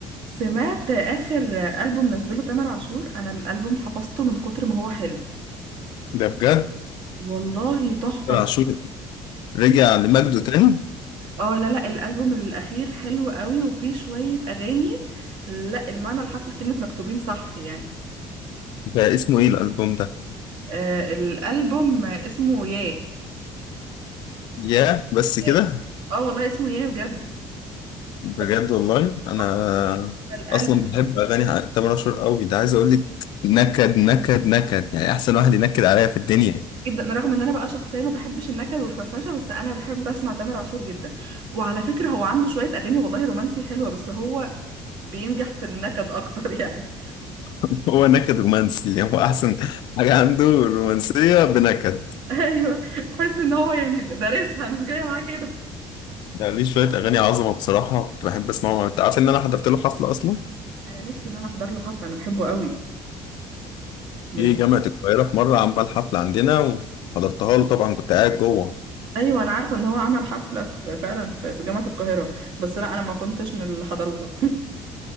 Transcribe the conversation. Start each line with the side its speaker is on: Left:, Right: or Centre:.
Right: سمعت آخر ألبوم نزله تامر عاشور أنا الألبوم حفظته من كتر ما هو حلو
Left: ده بجد
Right: والله تحفة
Left: تامر عاشور رجع لمجده تاني
Right: اه لا لا الألبوم الأخير حلو قوي وفيه شوية أغاني لا المعنى الحرفي لكلمة مكتوبين صح يعني
Left: ده اسمه ايه الالبوم ده
Right: آه الألبوم اسمه ياه
Left: ياه بس
Right: ياه.
Left: كده
Right: اه والله اسمه ياه بجد
Left: بجد
Right: بس
Left: والله انا
Right: اه الألبوم
Left: اصلا بحب اغاني تامر عاشور قوي ده عايز اقول لك نكد نكد نكد يعني احسن
Right: جدا
Left: واحد ينكد عليا في الدنيا
Right: جدا أنا رغم ان انا بقى شخصيه ما بحبش النكد والفرفشه بس انا بحب اسمع تامر عاشور جدا وعلى فكره هو عنده شويه اغاني والله رومانسي حلوه بس هو بينجح في النكد اكتر يعني
Left: <laughs> هو نكد رومانسي يعني هو احسن حاجه عنده الرومانسيه بنكد
Right: <laughs> ايوه تحس ان هو يعني دارسها مش جايه معاه كده
Left: يعني ليه شويه اغاني عظمه بصراحه كنت بحب اسمعهم انت عارف ان انا حضرت له حفله اصلا
Right: انا نفسي ان انا احضر له حفله انا بحبه قوي من
Left: في جامعه القاهره في مره عمل حفله عندنا وحضرتها له طبعا كنت قاعد جوه
Right: <laughs> ايوه انا عارفه ان هو عمل حفله في فعلا في في جامعه القاهره بس لا انا ما كنتش من اللي حضروها